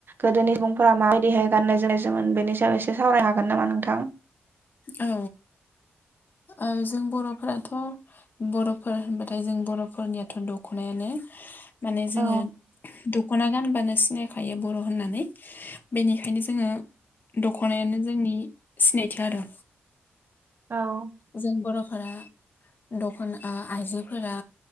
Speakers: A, on the right (about 50°); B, on the left (about 45°).
A: गोदोनि सुबुंफोरा माबायदिहाय गाननाय जोमनाय जोमोन बेनि सायाव एसे सावराय हागोन नामा नोंथां?
B: औ औ। जों बर'फोराथ' बर'फोर होनबाथाय जों बर'फोरनियाथ' दख'नायानो माने जोङो
A: औ
B: दख'ना गानबानो सिनायखायो बर' होननानै बेनिखायनो जोङो दख'नायानो जोंनि सिनायथि आरो
A: औ
B: जों बर'फोरा दखना आइजोफोरा